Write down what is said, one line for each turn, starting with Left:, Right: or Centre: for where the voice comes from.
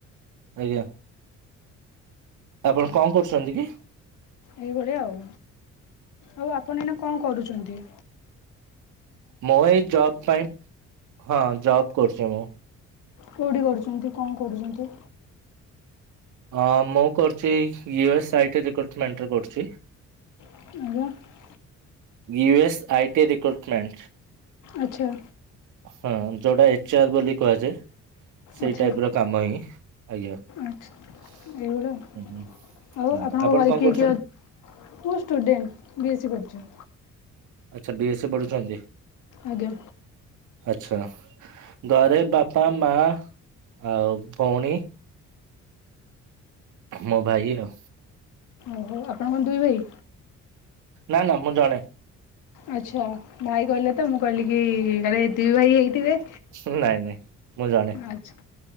Right: ଆୟା। ଆପଣ କଁ କରୁସନ୍ତି କି?
Left: ଏଇ ଭଳିଆ ଆଉ। ଆଉ ଆପଣ ଏଇନା କଁ କରୁଚନ୍ତି?
Right: ମୁଁ ଏଇ ଜବ୍ ପାଇଁ। ହଁ ଜବ୍ କରୁଚି ମୁଁ।
Left: କୋଉଠି କରୁଚନ୍ତି କଁ କରୁଚନ୍ତି?
Right: ହଁ, ମୁଁ କରୁଚି U S I T recruitment ରେ କରୁଚି।
Left: ଆଜ୍ଞା।
Right: U S I T recruitment.
Left: ଆଚ୍ଛା।
Right: ହଁ, ଯୋଉଟା ଏଚ୍ ଆର୍ ବୋଲି କୁହାଯାଏ। ସେଇ
Left: ଆଚ୍ଛା
Right: ଟାଇପ୍ ର କାମ ଇ ଆଜ୍ଞା ଉଁ
Left: ଆଚ୍ଛା ଏଇଭଳିଆ
Right: ହଁ,
Left: ଆଉ ଆପଣଙ୍କ
Right: ଆପଣ
Left: ଘରେ
Right: କଁ
Left: କିଏ
Right: କରୁଚନ୍ତି?
Left: କିଏ ଅ ମୁଁ ଷ୍ଟୁଡଣ୍ଟ୍ ବି ଏ ସି କରୁଚି।
Right: ଆଚ୍ଛା ବି ଏ ସି ପଢ଼ୁଛନ୍ତି।
Left: ଆଜ୍ଞା।
Right: ଆଚ୍ଛା। ଗରେ ବାପା ମା ଆଉ ଭଉଣୀ ମୋ ଭାଇ ଆଉ।
Left: ଓହୋ ଆପଣ କଁ ଦୁଇ ଭାଇ?
Right: ନାଁ, ନାଁ ମୁଁ ଜଣେ।
Left: ଆଚ୍ଛା ଭାଇ କହିଲେ ତ ମୁଁ କହିଲି କି କାଳେ ଦୁଇ ଭାଇ ହେଇଥିବେ।
Right: ହୁଁ ନାଇଁ ନାଇଁ ମୁଁ ଜଣେ
Left: ଆଚ୍ଛା